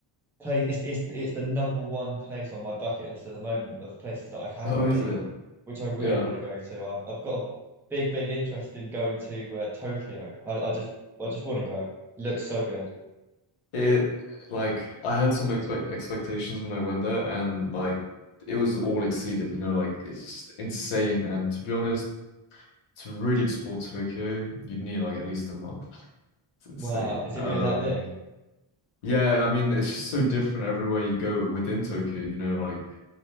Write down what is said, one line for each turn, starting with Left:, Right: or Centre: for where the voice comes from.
Centre: place it's, it's it's the number one place on my bucket list at the moment of places that I haven't
Left: Oh, is
Centre: been,
Left: it?
Centre: which I really
Left: Yeah.
Centre: want to go to. I've I've got a big big interest in going to uh, Tokyo. I, I just I just want to go. It looks so good.
Left: It like I had some expect expectations when I went there, and like it was all exceeded. You know, like it's insane. And to be honest, to really explore Tokyo, you'd need like at least a month. It's insane.
Centre: Wow, is it
Left: Um,
Centre: really that big?
Left: yeah, I mean, it's just so different everywhere you go within Tokyo. You know, like